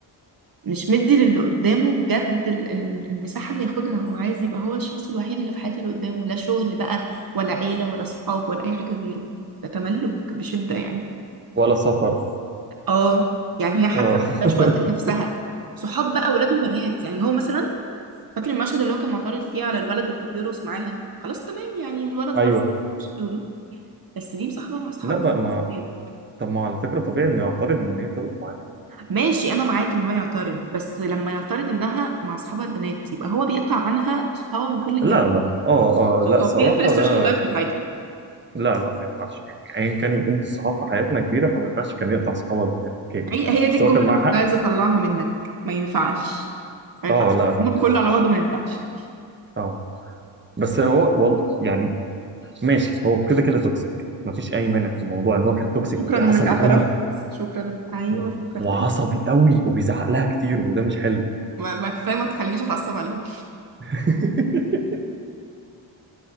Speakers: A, on the right; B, on the right.
A: مش مدي للي قدامه بجد ال- ال- المساحة اللي ياخدها وعايز يبقى هو الشخص الوحيد اللي في حياة اللي قدامه لا شغل بقى ولا عيلة ولا صحاب ولا أي حاجة غيره ده تملك بشدة يعني
B: ولا سفر
A: اه يعني هي حتى
B: اه <laughs>
A: مش وقت لنفسها صحاب بقى ولاد وبنات يعني هو مثلا فاكر المشهد اللي هو كان معترض فيه على الولد اللي كان بيرقص معاها خلاص تمام يعني الولد
B: ايوه
A: برضه مش دودو بس دي مصاحبة مع أصحاب
B: لا بقى ما
A: الولاد.
B: طب ما على فكرة طبيعي انه يعترض ان هي ترقص معاه
A: ماشي انا معاك ان هو يعترض بس لما يعترض انها مع اصحابها البنات يبقى هو بيقطع عنها صحابها من كل الجنب
B: لا لا اه اه
A: هو
B: لا الصراحة
A: بيقفل السوشيال
B: ده
A: لايف بتاعتها
B: لا لا ما ينفعش يعني ايا كان قيمة الصحاب في حياتنا كبيرة فما ينفعش كان يقطع صحابه البنات اوكي
A: هي هي دي
B: بس
A: الجملة
B: هو كان
A: اللي
B: معاه
A: كنت
B: حق
A: عايزة أطلعها منك ما ينفعش ما ينفعش
B: اه لا لا
A: الأمور
B: ما
A: كله
B: ينفعش
A: على بعضه ما ينفعش
B: اه بس هو وال... يعني ماشي هو كده كده توكسيك ما فيش اي مانع في الموضوع ان هو كان توكسيك
A: شكرا
B: وعصبي
A: إنك اعترفت
B: قوي
A: شكرا إنك أيوه
B: و-
A: فكرتني
B: وعصبي قوي وبيزعق لها كتير وده مش حلو
A: ما, ما كفاية ما تخلينيش أتعصب عليه
B: <laughs>